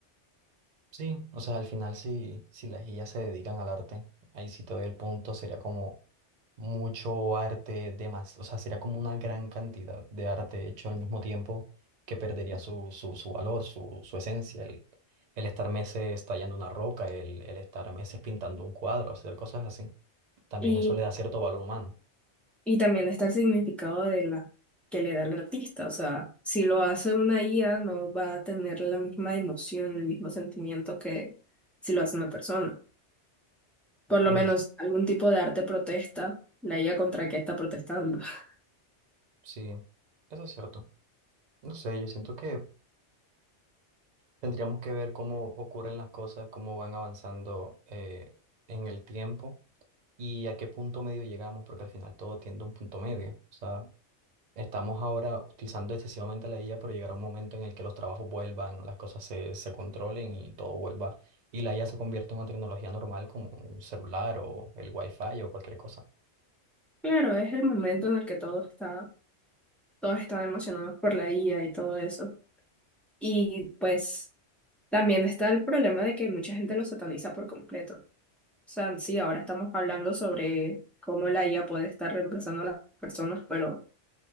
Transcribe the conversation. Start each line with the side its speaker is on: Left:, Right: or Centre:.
Right: sí, o sea, al final si, si las guías se dedican al arte, ahí sí te doy el punto, sería como mucho arte de más, o sea, sería como una gran cantidad de arte hecho al mismo tiempo que perdería su, su, su valor, su, su esencia, el, el estar meses tallando una roca, el, el estar meses pintando un cuadro, hacer cosas así. También
Centre: Y
Right: eso le da cierto valor humano.
Centre: Y también está el significado de la que le da el artista. O sea, si lo hace una IA, no va a tener la misma emoción, el mismo sentimiento que si lo hace una persona. Por lo
Right: Mm,
Centre: menos algún tipo de arte protesta, la IA contra qué está protestando. <laughs>
Right: sí, eso es cierto. No sé, yo siento que tendríamos que ver cómo ocurren las cosas, cómo van avanzando eh, en el tiempo y a qué punto medio llegamos, porque al final todo tiende a un punto medio. O sea, Estamos ahora utilizando excesivamente la IA, pero llegará un momento en el que los trabajos vuelvan, las cosas se, se controlen y todo vuelva. Y la IA se convierte en una tecnología normal como un celular o el Wi-Fi o cualquier cosa.
Centre: Claro, es el momento en el que todo está, todos están emocionados por la IA y todo eso. Y pues también está el problema de que mucha gente lo sataniza por completo. O sea, sí, ahora estamos hablando sobre cómo la IA puede estar reemplazando a las personas, pero